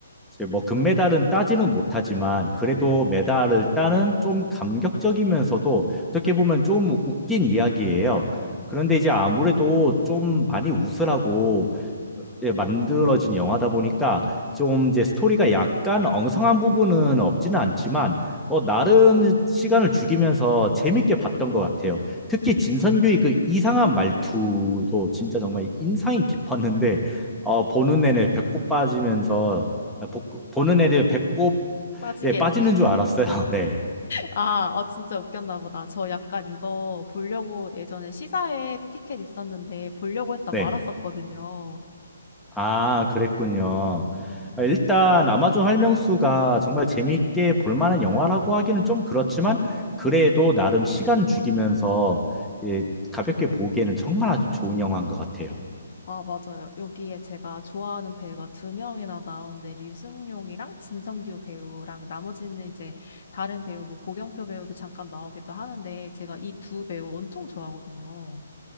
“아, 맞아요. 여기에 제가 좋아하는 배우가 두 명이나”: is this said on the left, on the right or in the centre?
Left